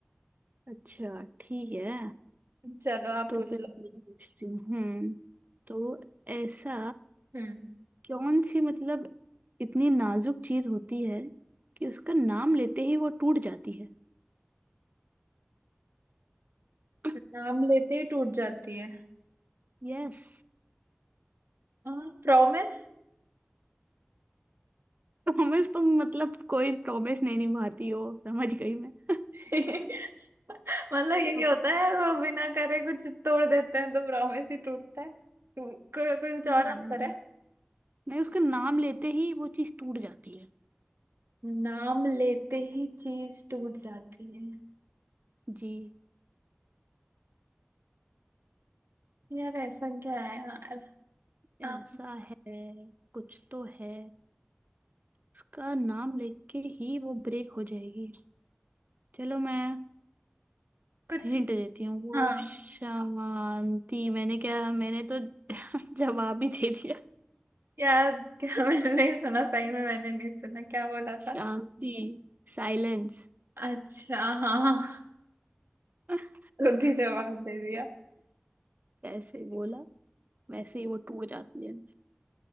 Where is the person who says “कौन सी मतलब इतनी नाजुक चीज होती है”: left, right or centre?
Right